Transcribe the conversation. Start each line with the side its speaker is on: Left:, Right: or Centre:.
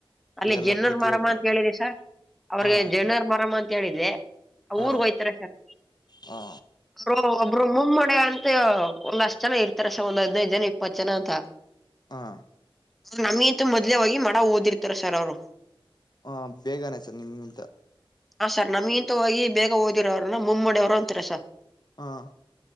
Centre: ಅಲ್ಲಿ
Left: ಎಲ್ಲ
Centre: ಜನರ್
Left: ಪ್ರತಿಯೊಬ್ಬರು
Centre: ಮರಮ ಅಂತ ಹೇಳಿದಿ ಸರ್ ಅವ್ರಿಗೆ
Left: ಹಾ
Centre: ಜನರ್ ಮರಮ ಅಂತ ಕೇಳಿದ್ದೆ
Left: ಹಾ
Centre: ಊರ್ಗ ಹೋಯ್ತಾರೆ ಸರ್
Left: ಹಾ
Centre: ಅವ ಒಬ್ರು ಮಮ್ಮ ಅಂತ ಒಂದ ಅಷ್ಟ ಜನ ಇರ್ತಾರಸ ಒಂದ್ ಹದ್ನೈದು ಜನ ಇಪ್ಪತ್ತು ಜನ ಅಂತ
Left: ಹಾ
Centre: ಅವ ನಮ್ಗಂತ ಮೊದ್ಲೇ ಹೋಗಿ ಮಡ ಓದಿರ್ತಾರ ಸರ್ ಅವ್ರು
Left: ಹ ಬೇಗನೆ ಸರ್ ನಿಮಗಿಂತ
Centre: ಹಾ ಸರ್ ನಮ್ಗಿಂತ ಹೊಗ ಓದಿರೋರು ಮುಮ್ಮಡಡಿ ಅವರು ಅಂತಾರೆ ಸರ್
Left: ಹಾ